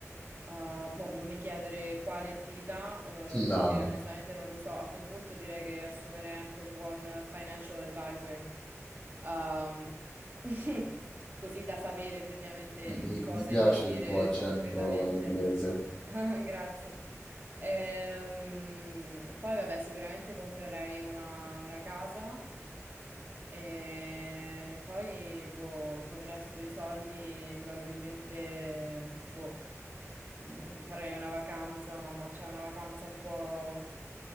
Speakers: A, on the right (about 40°); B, on the left (about 25°).
A: Uh, mo non mi chiedere quali attività, eh, perché
B: No, no,
A: onestamente non lo so. A quel punto direi che assumerei anche un buon financial advisor, Um, <laughs> così da sapere effettivamente in
B: mi, mi-
A: cosa
B: mi piace
A: investire
B: il tuo accento
A: concretamente.
B: inglese.
A: <laughs> Grazie. Ehm, poi, vabbè, sicuramente comprerei una, una casa. E poi, boh, col resto dei soldi probabilmente, boh, mh, farei una vacanza, cioè una vacanza un po'